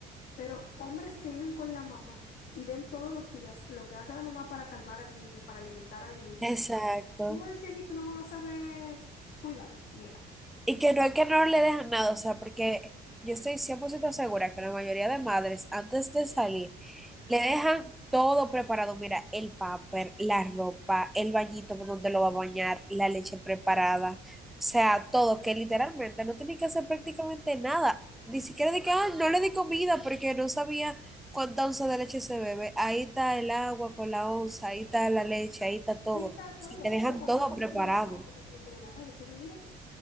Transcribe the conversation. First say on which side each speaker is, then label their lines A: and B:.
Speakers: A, on the left; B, in the centre.
A: Pero hombres que viven con la mamá y ven todos los días lo que hace la mamá para calmar al niño, para alimentar al niño,
B: Exacto.
A: ¿cómo decía a mí que no van a saber cuidarlo? Mira.
B: Y que no es que no le dejan nada, o sea, porque yo estoy 100% segura que la mayoría de madres, antes de salir, le dejan todo preparado. Mira, el paper, la ropa, el bañito donde lo va a bañar, la leche preparada, o sea, todo, que literalmente no tiene que hacer prácticamente nada. Ni siquiera de que, ah, no le di comida porque no sabía cuánta onza de leche se bebe. Ahí está el agua con la onza, ahí está la leche, ahí está todo.
A: Ahí está todo.
B: Sí, te dejan
A: O cualquier
B: todo
A: cosa
B: preparado.
A: tú me llamas, porque tú me puedes llamar y decirme, mira,